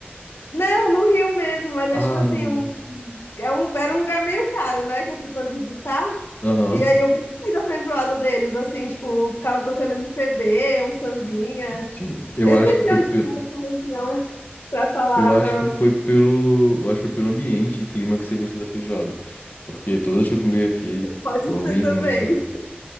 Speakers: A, on the left (about 80°); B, on the left (about 55°).
A: Não, no Rio mesmo, mas
B: Ah,
A: é tipo assim,
B: no Rio.
A: um... É um... era um lugar meio caro, né? Que eu fui pra visitar.
B: Aham,
A: E aí eu gostei da feijoada deles, assim, tipo, ficava tocando MPB, um sambinha.
B: sim. Eu
A: Eu
B: acho
A: esqueci
B: que foi
A: onde
B: pelo.
A: que era essa região pra falar,
B: Eu acho
A: pra
B: que foi pelo. Eu acho que foi pelo ambiente e clima que você gostou da feijoada. Porque todas que eu comi aqui
A: Pode
B: foram
A: ser
B: bem
A: também.
B: ruins, sabe?